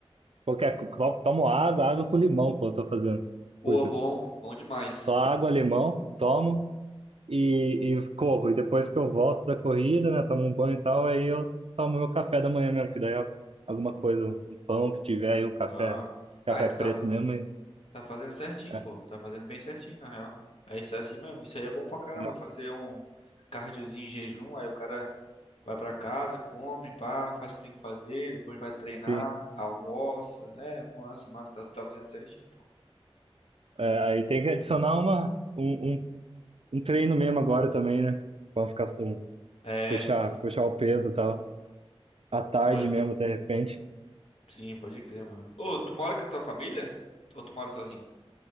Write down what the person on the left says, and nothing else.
Pô,
bom, bom demais.
Ah,
ah, tu
tá,
tá fazendo certinho,
pô. Tá fazendo bem certinho, na real. É isso é assim mesmo. Isso aí é bom pra caramba.
Fazer um cardiozinho em jejum, aí o cara vai pra casa, come, pá, faz o que tem que fazer, depois vai treinar,
almoça. É, massa, massa. Tá, tu tá fazendo certinho, pô.
É,
tá.
Oi,
sim, pode crer, mano. Ô, tu mora com a tua família? Ou tu mora sozinho?